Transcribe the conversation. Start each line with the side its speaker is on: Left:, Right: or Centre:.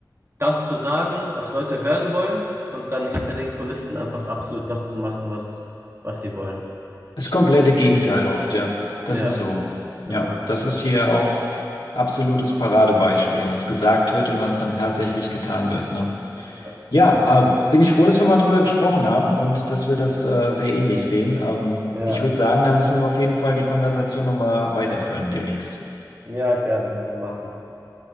Right: das zu sagen, was Leute hören wollen und dann hinter den Kulissen einfach absolut das zu machen, was, was sie wollen.
Left: Das komplette Gegenteil oft, ja. Das
Right: Ja,
Left: ist so. Ja,
Right: genau.
Left: das ist hier auch absolutes Paradebeispiel, was gesagt wird und was dann tatsächlich getan wird, ne?
Right: Ja,
Left: Ja, äh, bin ich froh, dass wir mal drüber gesprochen haben und dass wir das äh, sehr ähnlich sehen. Ähm,
Right: ja,
Left: ich würde sagen, da müssen wir auf jeden Fall die Konversation nochmal weiterführen demnächst.
Right: ja, gerne können wir machen.